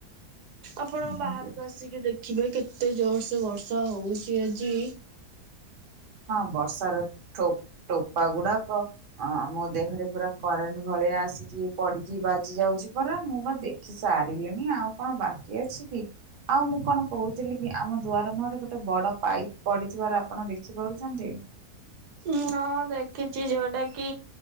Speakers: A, on the right; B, on the right.
A: ଆପଣ
B: ହଁ
A: ବାହାରକୁ ଆସିକି ଦେଖ ଦେଖିବେ କେତେ ଜୋରସ ବର୍ଷା ହଉଛି ଆଜି
B: ହଁ ବର୍ଷାର ଠୁପ୍ ଟୋପା ଗୁଡାକ ଆଁ ମୋ ଦେହରେ ପୁରା କରେଣ୍ଟ ଭ ପ ଆସିଚି ପଡିଚି ବାଜି ଯାଉଛି ପରା ମୁଁ ବା ଦେଖି ସାରିଲିଣି ଆଉ କଣ ବାକି ଅଛି କି? ଆଉ ମୁଁ କଣ କହୁଥିଲି କି ଆମ ଦୁଆର ମୁହଁରେ ଗୋଟେ ବଡ ପାଇପ୍ ପଡିଥିବାର ଆପଣ ଦେଖ ବୁଝିପାରୁଛନ୍ତି?
A: ଉନା ଦେଖିଛି ଯୋଉଟା କି